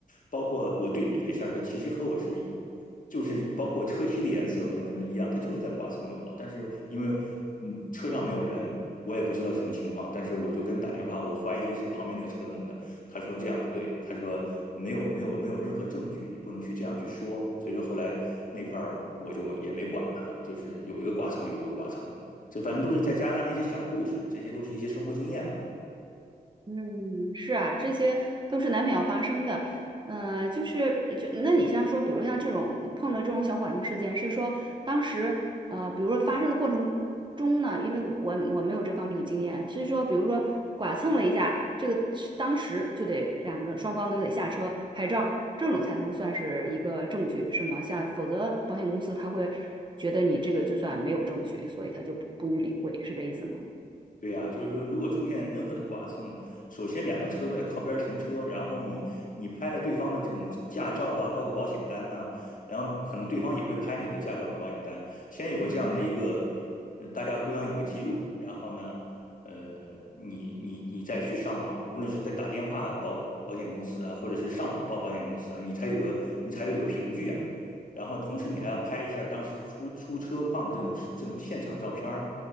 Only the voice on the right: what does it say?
嗯，是啊，这些都是难免要发生的。呃，就是就那你像说，比如像这种碰到这种小剐蹭事件，是说当时呃，比如说发生的过程中呢，因为我我没有这方面的经验，是说比如说剐蹭了一下，这个是当时就得两个双方都得下车拍照，这种才能算是一个证据，是吗？像否则保险公司他会觉得你这个就算没有证据，所以他就不不予理会，是这意思吗？